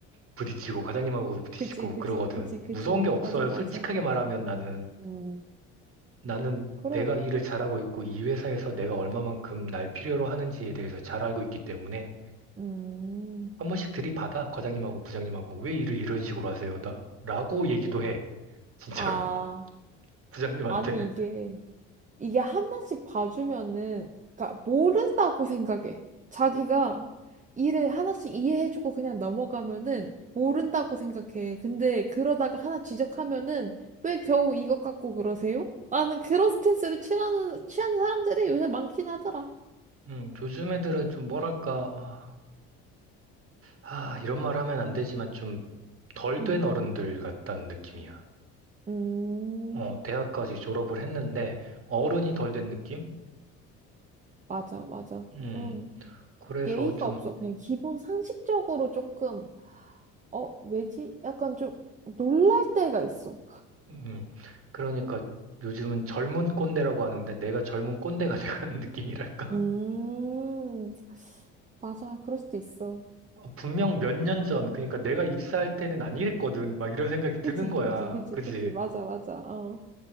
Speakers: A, on the right (about 40°); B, on the right (about 25°).
A: 부딪히고, 과장님하고도 부딪히고
B: 그지, 그지,
A: 그러거든.
B: 그지, 그지.
A: 무서운 게 없어요.
B: 맞아, 맞아.
A: 솔직하게 말하면 나는,
B: 음,
A: 나는
B: 그래.
A: 내가 일을 잘하고 있고, 이 회사에서 내가 얼마만큼 날 필요로 하는지에 대해서 잘 알고 있기 때문에,
B: 음,
A: 한 번씩 들이받아, 과장님하고 부장님하고. 왜 일을 이런 식으로 하세요? 나, 라고 얘기도 해. 진짜로.
B: 아,
A: <laughs> 부장님한테.
B: 아니, 이게, 이게 하나씩 봐주면은, 그러니까 모른다고 생각해. 자기가 일을 하나씩 이해해주고 그냥 넘어가면은 모른다고 생각해. 근데 그러다가 하나 지적하면은 왜 겨우 이것 갖고 그러세요? 나는 그런 스탠스를 취하는, 취하는 사람들이 요새 많긴 하더라.
A: 음, 요즘 애들은 좀 뭐랄까, 아, 아, 이런 말 하면 안 되지만 좀 덜
B: 응,
A: 된 어른들 같다는 느낌이야.
B: 음.
A: 어, 대학까지 졸업을 했는데 어른이 덜 된 느낌?
B: 맞아, 맞아.
A: 음,
B: 좀.
A: 그래서
B: 예의가
A: 좀,
B: 없어. 그냥 기본 상식적으로 조금, 어, 왜지? 약간 좀 놀랄 때가 있어.
A: 음, 그러니까 요즘은 젊은 꼰대라고 하는데 내가 젊은 꼰대가 <laughs> 돼가는 느낌이랄까?
B: 음, 맞아. 그럴 수도 있어.
A: 어, 분명 몇 년 전, 그러니까 내가 입사할 때는 안 이랬거든. 막 이런 생각이 드는
B: 그지,
A: 거야.
B: 그지, 그지,
A: 그지?
B: 그지. 맞아, 맞아. 어.